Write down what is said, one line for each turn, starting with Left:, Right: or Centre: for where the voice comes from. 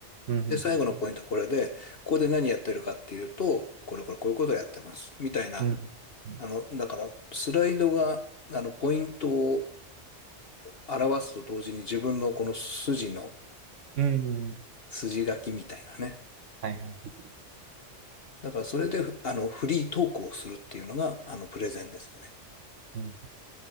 Right: うん。う
Left: で、最後のポイントこれで、
Right: ん。
Left: ここで何やってるかっていうと、これこれこういうことをやってます。みたいな、
Right: うん。うん。
Left: あの、だから、スライドが、あの、ポイントを表すと同時に自分のこの筋の、
Right: うんうん
Left: 筋書きみたいなね。
Right: はいはい。
Left: だから、それで、ふあの、フリートークをするっていうのが、あの、プレゼンですよね。
Right: うん。